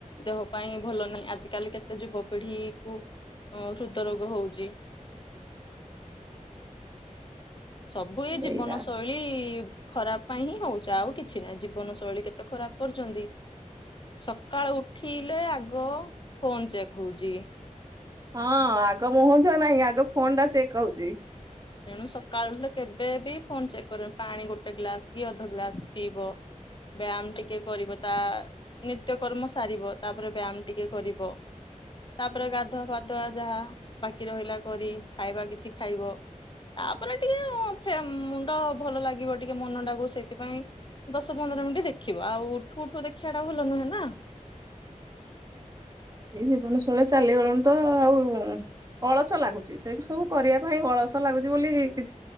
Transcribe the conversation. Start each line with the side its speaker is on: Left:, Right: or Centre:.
Left: ଦେହ ପାଇଁ ଭଲ ନାହିଁ ଆଜିକାଲି କେତେ ଯୁବପିଢି କୁ ହୃଦ ରୋଗ ହଉଚି। ସବୁଏଇ ଜୀବନଶୈ
Right: ଏଇଆ
Left: ଳି ଖରାପ ପାଇଁ ହିଁ ହଉଚି ଆଉ କିଛି ନାହିଁ ଜୀବନ ଶୈଳୀ କେତେ ଖରାପ କରୁଚନ୍ତି। ସକାଳୁ ଉଠିଲେ ଆଗ ଫୋନ ଚେକ୍ ହଉଚି।
Right: ହଁ ଆଗ ମୁହଁଧୁଆ ନାହିଁ ଆଗ ଫୋନ ଟା ଚେକ୍ ହଉଚି।
Left: ତେଣୁ ସକାଳୁ ଉଠିଲେ କେବେ ବି ଫୋନ୍ ଚେକ୍ କରିବନ୍ ପାଣି ଗୋଟେ ଗ୍ଲାସ କି ଅଧ ଗ୍ଲାସ ପିଇବ। ବ୍ୟାୟାମ ଟିକେ କରିବ ତା ନିତ୍ୟକର୍ମ ସାରିବ ତାପରେ ବ୍ୟାୟାମ ଟିକେ କରିବ। ତାପରେ ଗାଧୁଆ ଫାଧୁଆ ଯାହା ବାକି ରହିଲା କରି ଖାଇବା କିଛି ଖାଇବ। ତାପରେ ଟିକେ ଫ୍ରେ ମୁଣ୍ଡ ଭଲ ଲାଗିବ ଟିକେ ମନ ଟାକୁ ସେଇଥିପାଇଁ ଦଶ ପନ୍ଦର ମିନିଟ୍ ଦେଖିବ ଆଉ ଉଠୁ ଉଠୁ ଦେଖିବା ଟା ଭଲ ନୁହେଁ ନା।
Right: ଏଇ ଜୀବନ ଶୈଳୀ ଚାଲିଗଲାଣି ତ ଆଉ ଅଳସ ଲାଗୁଛି ସେ ସବୁ କରିବା ପାଇଁ ଅଳସ ଲାଗୁଛି ବୋଲିଛି